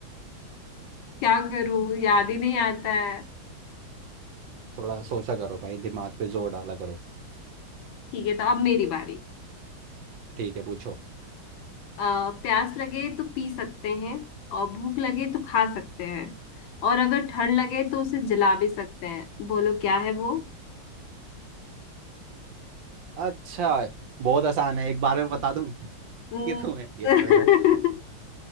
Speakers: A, on the left; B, on the right.
A: क्या करूँ याद ही नहीं आता है
B: थोड़ा सोचा करो भाई दिमाग पे जोर डाला करो
A: ठीक है तो अब मेरी बारी
B: ठीक है पूछो
A: अ, प्यास लगे तो पी सकते हैं और भूख लगे तो खा सकते हैं और अगर ठंड लगे तो उसे जला भी सकते हैं बोलो क्या है वो
B: अच्छा बहुत आसान है एक बार में बता दूं <laughs>
A: न-
B: ये तो है ये
A: <laughs>
B: तो मैंने